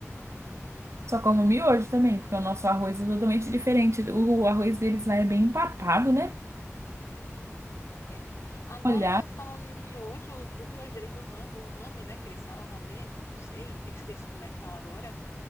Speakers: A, on the right; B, on the left.
A: Só como miojo também,
B: Sim.
A: porque o nosso arroz é totalmente diferente. O arroz deles lá é bem empapado, né?
B: É. Agora,
A: Olhar?
B: falando em miojo, o, o miojo deles, o, ram, o ramen, né? Que eles falam ramen, não sei, esqueci como é que fala agora.